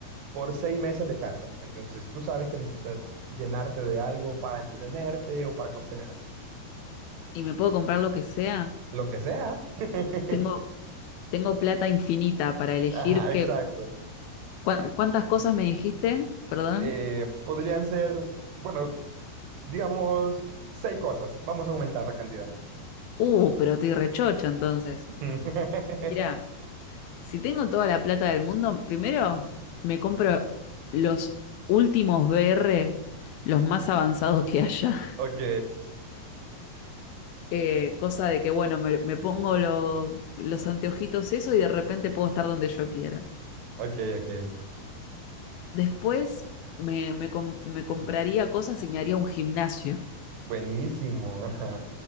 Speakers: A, on the right (about 85°); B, on the left (about 75°).
A: por seis meses de casa, entonces tú sabes que necesitas llenarte de algo para entretenerte o para cuestiones así,
B: y me puedo comprar lo que sea.
A: lo que sea. <laughs>
B: Tengo, tengo plata infinita para elegir
A: Ajá,
B: que,
A: exacto.
B: ¿cuá- ¿cuántas cosas me dijiste? Perdón.
A: Eh, podrían ser, bueno, digamos, seis cosas. Vamos a aumentar la cantidad.
B: Uh, pero estoy rechocha entonces.
A: <laughs>
B: Mirá, si tengo toda la plata del mundo, primero me compro los últimos VR, los más avanzados que haya. <laughs>
A: Ok.
B: Eh, cosa de que, bueno, me, me pongo lo- los anteojitos, eso, y de repente puedo estar donde yo quiera.
A: Ok, ok.
B: Después me, me com- me compraría cosas y me haría un gimnasio
A: Buenísimo. <laughs> Ajá.